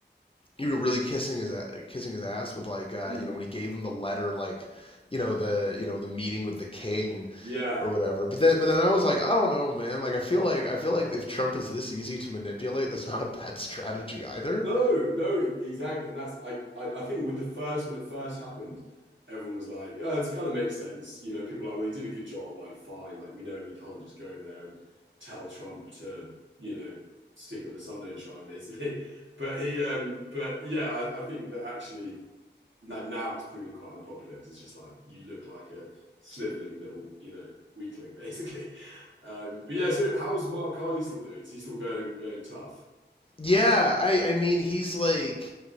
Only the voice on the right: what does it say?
Mm.
Yeah.
No, no, e, exactly. And that's like I, I think with the first when it first happened, everyone was like, "Oh, this kind of makes sense." You know, people were like, "Well, he did a good job." Like, fine. Like, we know we can't just go over there and tell Trump to, you know, stick it with the sun don't shine, basically. <laughs> But he, um, but yeah, I, I think that actually no- now it's proving quite unpopular because it's just like you look like a sniveling little, you know, weakling <laughs> basically. Um, but yeah, so how's Mark Carney still doing? Is he still going going tough?